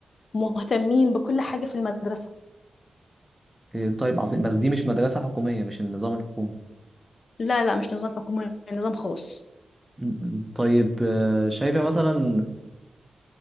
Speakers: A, on the left (about 60°); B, in the centre.
A: مهتمين بكل حاجه في المدرسه
B: إيه، طيب عظيم بس دي مش مدرسة حكومية مش النظام الحكومي
A: لا لا مش نظام حكومي نظام خاص
B: م- م. طيب آه، شايفة مثلا